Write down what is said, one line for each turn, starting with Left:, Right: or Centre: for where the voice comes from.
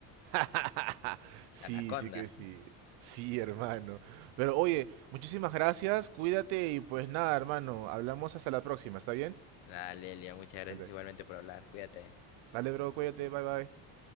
Right: <laughs> Sí,
Left: La anaconda.
Right: sí que sí. Sí, hermano. Pero oye, muchísimas gracias. Cuídate y pues nada, hermano. Hablamos hasta la próxima, ¿está bien?
Left: Dale, Elia, muchas gracias
Right: Dale.
Left: igualmente por hablar. Cuídate.
Right: Dale, bro, cuídate. Bye, bye.